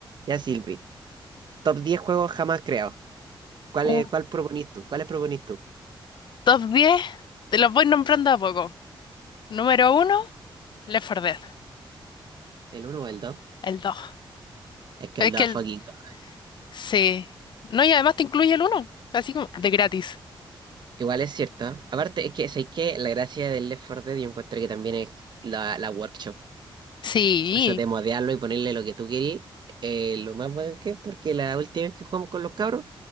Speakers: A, on the right (about 55°); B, on the left (about 60°).
A: Ya, Silvi. Top 10 juegos jamás creados. ¿Cuál
B: Uh.
A: es, cuál proponís tú? ¿Cuáles proponís tú?
B: Top 10, te los voy nombrando a poco. Número uno Left 4 Dead.
A: ¿El uno o el dos
B: El dos
A: Es que
B: Es
A: el 2
B: que el...
A: es fucking God.
B: Sí. No, y además te incluye el uno así como de gratis.
A: Igual es cierto. ¿eh? Aparte, es que, ¿sabéis qué? La gracia del Left 4 Dead yo encuentro que también es la, la workshop.
B: Sí,
A: Eso de modearlo y ponerle lo que tú querís. eh, lo más bueno que es porque la última vez que jugamos con los cabros